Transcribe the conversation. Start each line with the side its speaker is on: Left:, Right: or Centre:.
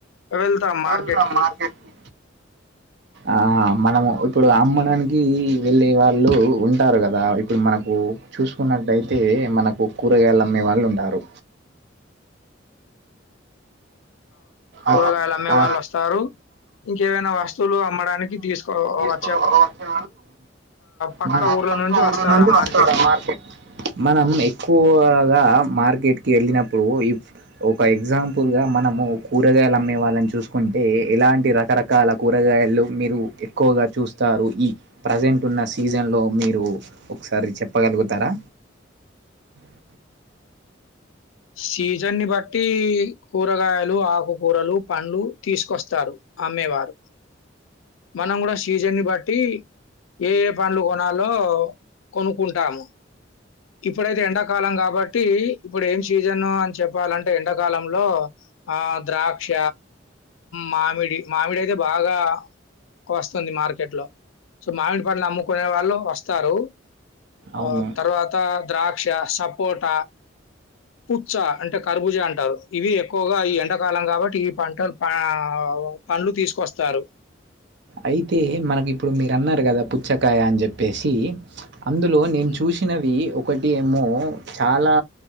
Left: వెళ్తాం మార్కెట్‌కి.
Right: వెళ్తాం మార్కెట్కి ఆహా మనము ఇప్పుడు అమ్మడానికి వెళ్ళే వాళ్ళు ఉంటారు కదా ఇప్పుడు మనకు చూసుకున్నట్లయితే తే మనకు కూరగాయలు అమ్మే వాళ్ళు ఉంటారు
Left: కూరగాయలు
Right: అవును,
Left: అమ్మే
Right: ఆ,
Left: వాళ్ళు వస్తారు ఇంకేవైనా వస్తువులు అమ్మడానికి తీసుకోవా
Right: వా వచ్చే
Left: పక్క
Right: వాళ్ళు
Left: ఊర్ల
Right: పక్క ఊరు
Left: వస్తారు
Right: నుంచి
Left: ఆ
Right: వస్తారు
Left: మార్కెట్‌కి.
Right: మార్కెట్ మనం ఎక్కువగా గా మార్కెట్కి వెళ్ళినప్పుడు ఒక ఎగ్జామ్ ఫుల్గా మనము కూరగాయలు అమ్మే వాళ్ళని చూసుకుంటే ఎలాంటి రకరకాల కూరగాయలు మీరు ఎక్కువగా చూస్తారు తరూ ఈ ప్రజెంట్ ఉన్న సీజన్ లో మీరు ఒకసారి చెప్పగలుగుతారా <unintelligible>
Left: సీజన్ని బట్టి కూరగాయ లు ఆకుకూరలు పండ్లు తీసుకొస్తారు, అమ్మేవారు మనం కూడా సీజన్ని బట్టి ఏ పండ్లు కొనాలో కొనుక్కుంటాము. ఇప్పుడైతే ఎండాకాలం కాబట్టి ఇప్పుడు ఏం సీజను అని చెప్పాలంటే ఎండాకాలంలో, ఆ ద్రాక్ష, మామిడి, మామిడి అయితే బాగా వస్తుంది మార్కెట్ లో సో మామిడి పండ్లు అమ్ముకునే వాళ్ళు వస్తారు.
Right: అవును
Left: ఆ తర్వాత ద్రాక్ష, సపోట పుచ్చ అంటే కర్బుజ అంటారు, ఇవి ఎక్కువగా ఈ ఎండాకాలం కాబట్టి ఈ పంటలు పా పండ్లు తీసుకొస్తారు.
Right: అయితే మనకి ఇప్పుడు మీరు అన్నారు. కదా పుచ్చకాయ అని చెప్పేసి, అందులో నేను
Left: ఉమ్.
Right: చూసినవి ఒక ఒకటి ఏమో చాలా